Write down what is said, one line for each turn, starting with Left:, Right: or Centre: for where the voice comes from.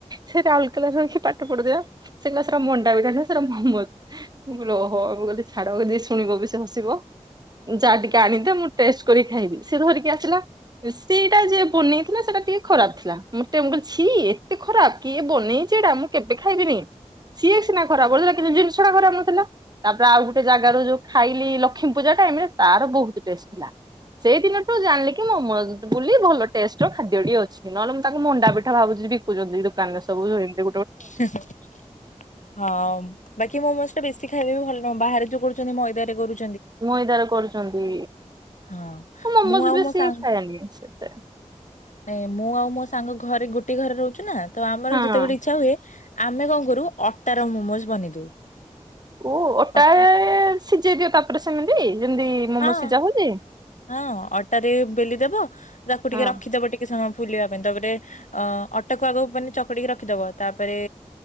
Right: ସେ ରାଉରକେଲାରେ ରହିକି ପାଠ ପଢୁଥିଲା। ସେ କହିଲା, ମଣ୍ଡାପିଠା ସେଟା ନୁହଁ ମୋମୋଜ୍। ମୁଁ କହିଲି, ଓହୋ। ମୁ କହିଲି ଛାଡ ଯିଏ ଶୁଣିବ ବି ସେ ହସିବ। ଯା ଟିକେ ଆଣିଥା ମୁଁ <inaudible> ଖାଇବି, ସେ ଧରିକି ଆସିଲା। ସେଇଟା ଯିଏ ବନେଇଥିଲା, ସେଇଟା ଟିକେ ଖରାପ ଥିଲା। ମୁଁ କହିଲି ଛି, ଏତେ ଖରାପ କିଏ ବନେଇଛିଇଟା। ମୁଁ କେବେ ଖାଇବିନି। ସିଏ ସିନା ଖରାପଥିଲା, କି ଜିନିଷ ଟା ଖରାପ ନଥିଲା। ତାପରେ, ଆଉ ଗୋଟେ ଜାଗାରୁ ଯୋଉ ଖାଇଲି। ଲକ୍ଷ୍ମୀ ପୂଜା ଟାଇମ୍ ରେ ତାର ବହୁତ ଟେଷ୍ଟ ସେଇ ଦିନଠୁ ଜାଣିଲି, ମୋମୋଜ୍ ବୋଲି ଭଲ ଟେଷ୍ଟର ଖାଦ୍ୟଟିଏ ଅଛିି। ନହେଲେ, ମୁଁ ତାକୁ ମଣ୍ଡା ପିଠା ଭାବୁଛି। ବିକୁଛନ୍ତି ଦୋକାନରେ ସବୁ, ତି
Left: ହଁ ବାକି ମୋମୋ ବେଶୀ ଖାଇବା ବି ଭଲ ନୁହଁ, ବାହାରେ ଯୋଉ କରୁଛନ୍ତି ମଇଦାରେ କରୁଛ
Right: ମଇଦାରେ କରୁଛନ୍ତି।
Left: ହଁ
Right: ମୋମୋଜ
Left: ମୁଁ ଆଉ
Right: ବି
Left: ମୋ
Right: ସିଏ
Left: ସାଙ୍ଗ
Right: ଖାଏନି ସେତେ
Left: ନାଇଁ, ମୁଁ ଆଉ ମୋ ସାଙ୍ଗ ଘରେ ଗୋଟେ ଘରେ ରହୁଛୁ ନା। ତ ଆମର
Right: ହଁ।
Left: ଯେତେବେଳେ ଇଚ୍ଛା ହୁଏ ଆମେ କଣ କରୁ, ଅଟାର ମୋମୋଜ ବନେଇଦଉ।
Right: ଓ ଓଟା
Left: ଅଟ
Right: ସିଝେଇ ଦିଅ ତାପରେ କ ସେମିତି ଯେମିତି ମୋମୋ
Left: ହଁ
Right: <unintelligible> ସିଝାଉଯାଏ।
Left: ହଁ ଅଟାରେ ବେଲିଦବ ତାକୁ ଟିକେ
Right: ହଁ
Left: ରଖିଦବ ଟିକେ ସମୟ ଫୁଲିବା ପାଇଁ। ତାପରେ, ଅ ଅଟାକୁ ଆଗକୁ ମାନେ ଚକଟିକି ରଖିଦବା। ତାପରେ,